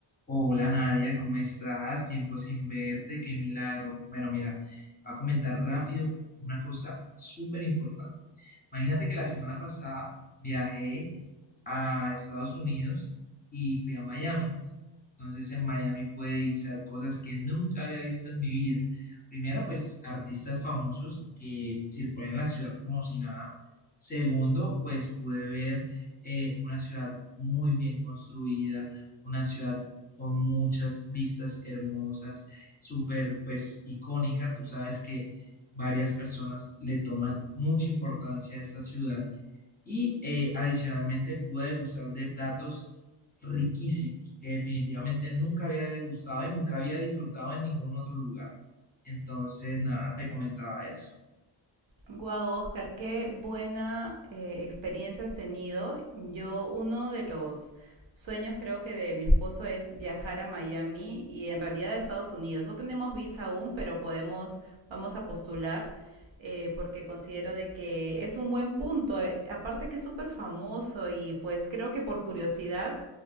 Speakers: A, on the left; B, on the right.
A: Hola Nadia, ¿cómo estás? Tiempo sin verte, qué milagro. Bueno, mira, te voy a comentar rápido una cosa súper importante. Imagínate que la semana pasada viajé a Estados Unidos y fui a Miami. Entonces en Miami pude visitar cosas que nunca había visto en mi vida. Primero, pues artistas famosos que circulan en la ciudad como si nada. Segundo, pues pude ver eh, una ciudad muy bien construida, una ciudad con muchas vistas hermosas, súper pues icónica. Tú sabes que varias personas le toman mucha importancia a esta ciudad y eh, adicionalmente pude degustar de platos riquísimos que definitivamente nunca había degustado y nunca había disfrutado en ningún otro lugar. Entonces, nada, te comentaba eso.
B: Guau, Oscar, qué buena eh, experiencia has tenido. Yo, uno de los sueños creo que de mi esposo es viajar a Miami y en realidad a Estados Unidos. No tenemos visa aún, pero podemos, vamos a postular eh, porque considero de que es un buen punto. Eh, Aparte que es súper famoso y pues creo que por curiosidad